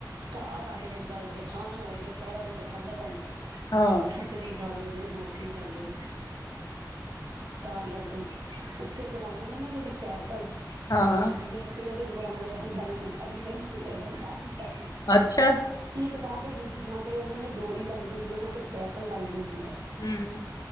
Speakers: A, on the right; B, on the left.
A: ਘਰ ਆ ਗਿਆ। ਬੰਦਾ ਜੇ ਖਾਣਾ ਹੋਏ ਤੇ ਸਾਰਾ ਦਿਨ ਦਾ ਖਾਧਾ ਤਾਂ ਹੁੰਦਾ।
B: ਹਾਂ
A: ਖਿਚੜੀ ਖਾਲੋ। ਜੋ ਮਰਜੀ ਕਰ ਲਓ। ਤਾਂ ਕਰਕੇ, ਉੱਤੇ ਚਲਾਉਂਦੇ ਨੇ ਨਾ ਜਿਹੜੀ ਸੈਕ। ਕੱਲ
B: ਹਾਂ ਹਾਂ
A: ਰੱਸੀ ਦੇ ਉੱਤੇ। ਬੜਾ ਮਜ਼ਾ ਆਂਦਾ ਜੇ ।ਅਸੀ ਤੇ ਨਈ ਗਏ ਸਾਨੂੰ ਡਰ ਲਗਦਾ
B: ਅੱਛਾ।
A: ਇੱਕ ਥਰਾਂ ਤੇ ਦੂਜੀ ਥਾਂ ਤੇ ਉਹਨਾਂ ਨੇ ਡੋਰੀ ਲਾਈ ਹੁੰਦੀ ਹੈ ਉਹਦੇ ਉੱਤੇ ਸੈਕਲ ਲਾਈ ਹੁੰਦੀ। ਹੈ।
B: ਹਮਮ ।